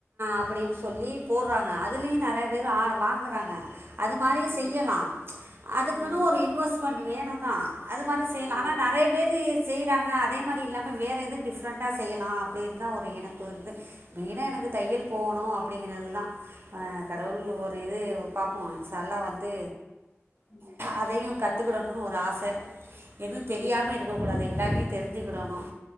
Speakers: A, on the right; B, on the left.
A: அப்படின்னு
B: ம்
A: சொல்லி அ போடுறாங்க அதுலேயும் நெறையா பேர்
B: ம்
A: ஆ வாங்குறாங்க அது மாரி
B: ம்
A: செய்யலாம் அதுக்குன்னு
B: ம்
A: ஒரு இன்வெஸ்மெண்ட் வேணும்தான் அது மாதிரி செய்யலாம்
B: ம்
A: ஆனா நெறைய பேரு செய்கிறாங்க அதே மாதிரி இல்லாமல் வேறு எதுவும் டிப்ரெண்ட்டா செய்யலாம் அப்டின்னு தான் ஒரு எனக்கோரு இது மெய்னா எனக்கு தையல் போகணும் அப்டிங்றதுதான் கடவுள்
B: ம் ம்.
A: ஒரு இது பாப்போம் இன்ஸ்சால்லா வந்து
B: ம்
A: அதையும் கத்துக்கிடனும் ஒரு ஆச எது தெரியாம
B: ம்
A: இருக் ருக்க கூடாது எல்லாமே தெரிஞ்சுக்கிடணும்